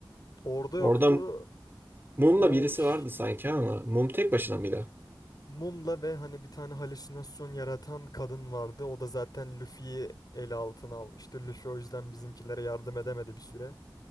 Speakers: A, on the left (about 50°); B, on the right (about 25°).
A: Orada
B: Orada
A: yoktu.
B: Mum'la
A: O
B: birisi
A: ş-
B: vardı sanki ama Mum tek başına mıydı?
A: mumla ve hani bir tane halüsinasyon yaratan kadın vardı. O da zaten Luffy'yi ele altına almıştı. Luffy o yüzden bizimkilere yardım edemedi bir süre.